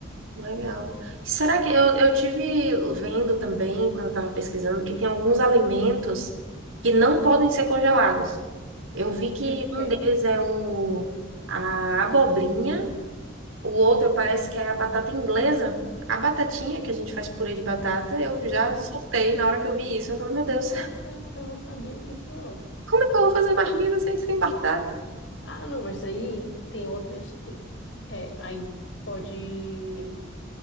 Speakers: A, on the right (about 80°); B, on the left (about 65°).
A: Legal. Será que eu, eu tive vendo também, quando eu estava pesquisando, que tem alguns alimentos que não podem ser congelados. Eu vi que
B: Tipo o
A: um
B: quê?
A: deles é o, a abobrinha, o outro parece que é a batata inglesa. A batatinha, que a gente faz purê de batata, eu já
B: N-
A: surtei na hora que eu vi isso. Eu falei, meu Deus,
B: Nossa,
A: <laughs>
B: eu não sabia disso, não.
A: como é que eu vou fazer marmita sem, sem batata?
B: Ah, não, mas aí tem outras. te- É, aí pode